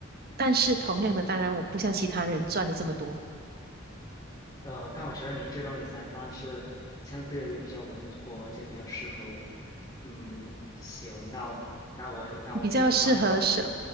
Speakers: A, on the right (about 50°); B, on the left (about 20°).
A: 但是同样的，当然我不像其他人赚的这么多，
B: 呃，但我觉得你这种理财方式相对于比较稳妥，而且比较适合我。嗯，行，那那我那我可以参考
A: 比较适合收，